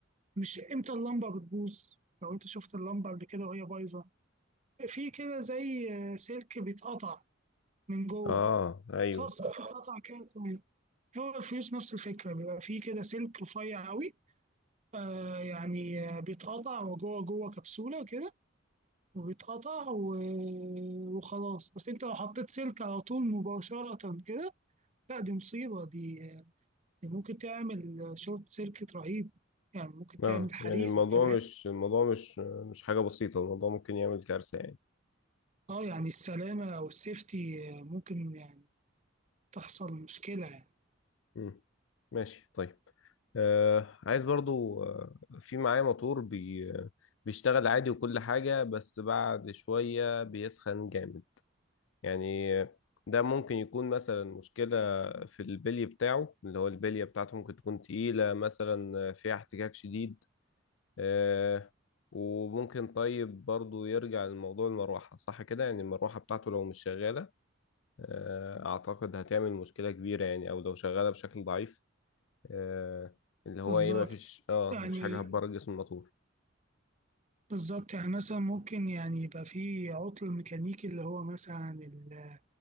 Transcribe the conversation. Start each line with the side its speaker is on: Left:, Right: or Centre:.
Right: مش امتى اللمبه بتبوظ لو انت شفت اللمبه قبل كده وهي بايظه في كده زي آه، سلك بيتقطع من جوه
Left: اه ايوه
Right: خلاص السلك اتقطع كده تمام هو الفيوز نفس الفكرة بيبقى فيه كده سلك رفيع قوي آه، يعني آه، بيتقطع وجوه جوه كبسولة كده وبيتقطع و- وخلاص بس انت لو حطيت سلك على طول مباشرة كده لا دي مصيبة دي, آه، دي ممكن تعمل شورت سيركت رهيب يعني ممكن تعمل
Left: اه
Right: حريقة
Left: يعني الموضوع
Right: كمان
Left: مش الموضوع مش مش حاجه بسيطه الموضوع ممكن يعمل كارثه يعني
Right: اه يعني السلامة أو السيفتي آه، ممكن يعني تحصل مشكلة يعني
Left: مم. ماشي طيب آه عايز برضو آه في معايا موتور بي بيشتغل عادي وكل حاجة بس بعد شوية بيسخن جامد يعني ده ممكن يكون مثلا مشكلة في البلي بتاعه اللي هو البلية بتاعته ممكن تكون تقيلة مثلا فيها احتكاك شديد آه وممكن طيب برضو يرجع لموضوع المروحة صح كده يعني المروحة بتاعته لو مش شغالة آه أعتقد هتعمل مشكلة كبيرة يعني أو لو شغالة بشكل ضعيف آه، اللي هو
Right: بالظبط
Left: ايه مفيش اه
Right: يعني
Left: مفيش حاجة هتبرد جسم على طول
Right: بالظبط يعني مثلا ممكن يعني يبقى فيه عطل ميكانيكي اللي هو مثلا ال